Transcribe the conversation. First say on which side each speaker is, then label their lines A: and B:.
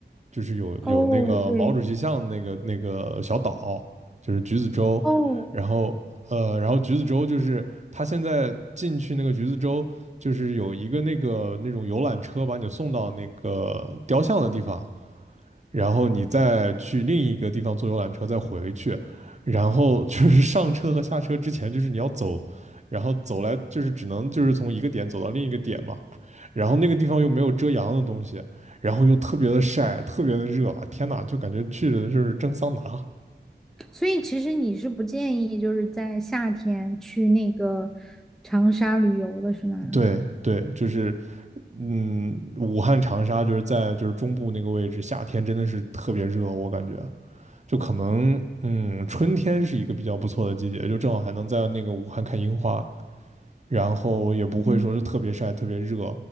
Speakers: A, on the right; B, in the centre.
A: 就是有有那个毛主席像那个那个小岛，
B: 哦，对，
A: 就是橘子洲，
B: 哦，
A: 然后呃，然后橘子洲就是他现在进去那个橘子洲，就是有一个那个那种游览车把你送到那个雕像的地方，然后你再去另一个地方坐游览车再回去，然后就是 <laughs> 上车和下车之前就是你要走，然后走来就是只能就是从一个点走到另一个点嘛，然后那个地方又没有遮阳的东西，然后又特别的晒，特别的热，天呐，就感觉去的就是蒸桑拿。
B: 所以其实你是不建议就是在夏天去那个长沙旅游的是吗？
A: 对对，就是嗯，武汉、长沙就是在就是中部那个位置，夏天真的是特别热，我感觉就可能嗯，春天是一个比较不错的季节，就正好还能在那个武汉看樱花，然后也不会说是特别晒、
B: 嗯，
A: 特别热，